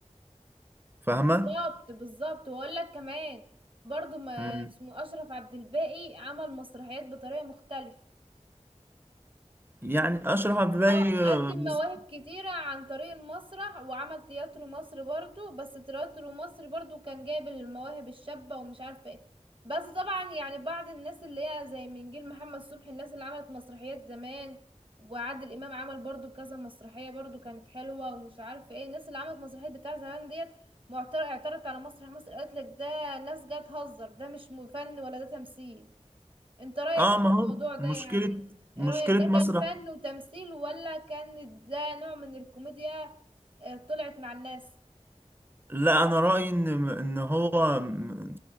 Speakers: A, on the right (about 15°); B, on the right (about 45°).
A: فاهمة؟
B: بالظبط بالظبط واقول لك كمان برضو ما
A: مم.
B: اسمه اشرف عبد الباقي عمل مسرحيات بطريقه مختلفه
A: يعني اشرف عبد الباقي
B: اه
A: آه،
B: قدم
A: مس-
B: مواهب كتيرة عن طريق المسرح وعمل تياترو مصر برضو بس تياترو مصر برضو كان جايب المواهب الشابة ومش عارفة ايه بس طبعا يعني بعض الناس اللي هي زي من جيل محمد صبحي الناس اللي عملت مسرحيات زمان وعادل امام عمل برضو كذا مسرحية برضو كانت حلوة ومش عارفة ايه الناس اللي عملت مسرحيات بتاع زمان ديت معترض اعترضت على مسرح مصر قالت لك ده ناس جايه تهزر ده مش م- فن ولا ده تمثيل انت رأيك
A: آه،
B: ايه في
A: ما
B: الموضوع
A: هو
B: ده
A: مشكلة
B: يعني ايه
A: مشكلة
B: رأيك ده
A: مسرح
B: كان فن وتمثيل ولا كان ده نوع من الكوميديا آه، طلعت مع الناس
A: لا انا رايي ان ان هو م-